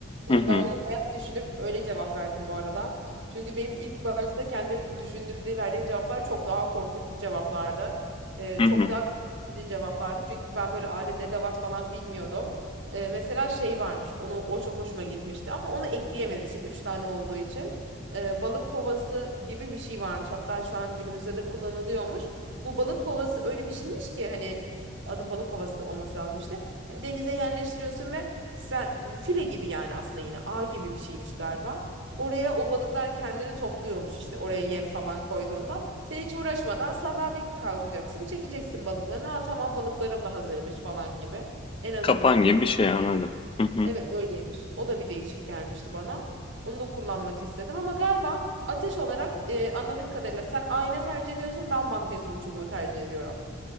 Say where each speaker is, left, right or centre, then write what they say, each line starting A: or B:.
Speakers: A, on the right (about 65°); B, on the left (about 25°).
A: e,
B: Hı hı.
A: ben bunu bayağı düşünüp öyle cevap verdim bu arada. Çünkü benim ilk başta kendim düşündüğümde verdiğim cevaplar çok daha korkunç cevaplardı. E,
B: Hı
A: çok
B: hı.
A: daha bilinçsizce cevaplardı. Çünkü ben böyle alet edevat falan bilmiyordum. E, mesela şey varmış. Onu o çok hoşuma gitmişti ama onu ekleyemedim işte 3 tane olduğu için. E, balık kovası gibi bir şey varmış. Hatta şu an günümüzde de kullanılıyormuş. Bu balık kovası öyle bir şeymiş ki hani adı balık kovası olması lazım işte. Hani denize yerleştiriyorsun ve sen file gibi yani aslında yine ağ gibi bir şeymiş galiba. Oraya o balıklar kendini topluyormuş işte oraya yem falan koyduğunda. Sen hiç uğraşmadan sabah bir kalkacaksın çekeceksin balıklarını. Aa tamam balıklarım da hazırmış falan gibi. En azından
B: Kapan gibi
A: o
B: bir şey anladım. Hı hı.
A: Evet öyleymiş. O da bir değişik gelmişti bana. Onu da kullanmak istedim ama galiba ateş olarak e, anladığım kadarıyla sen ayna tercih ediyorsun ben magnezyum çubuğu tercih ediyorum.